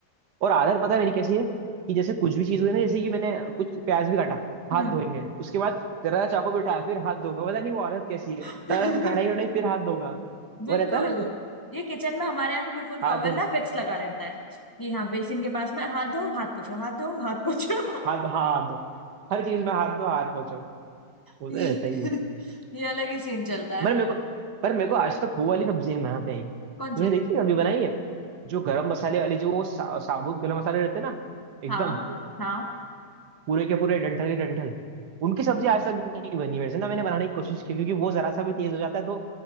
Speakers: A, on the right; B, on the left.
A: और आदत पता है मेरी कैसी है कि जैसे कुछ भी चीज हुई ना जैसे कि मैंने कुछ प्याज भी काटा
B: हम्म
A: हाथ धोएंगे उसके बाद जरा चाकू भी उठाया फिर हाथ धोगा पता नहीं वो आदत कैसी
B: <laughs>
A: है सारा कढ़ाई वढ़ाई फिर हाथ धोगा
B: बिल्कुल
A: वो रहता है ना
B: ये किचन में हमारे यहाँ पे बिल्कुल टॉवेल
A: हाथ धोने
B: ना फिक्स लगा रहता है कि हाँ बेसिन के पास में हाथ धो हाथ पोछो हाथ धो हाथ पोछो
A: हाथ हाँ हाथ धो हर चीज में हाथ धो हाथ पोछो वो
B: <laughs>
A: तो रहता ही है
B: ये अलग ही सीन चलता है
A: पर मेरे को पर मेरे को आज तक वो वाली सब्जी नहीं बनाते आई तुमने
B: कौन सी
A: देखी है, अभी बनाई है जो गरम मसाले वाली जो वो सा, साबुत गरम मसाले रहते हैं ना एकदम
B: हाँ हाँ
A: पूरे के पूरे डंठल के डंठल उनकी सब्जी आज तक नहीं बनी मेरे से ना मैंने बनाने की कोशिश की क्योंकि वो जरा सा भी तेज हो जाता है तो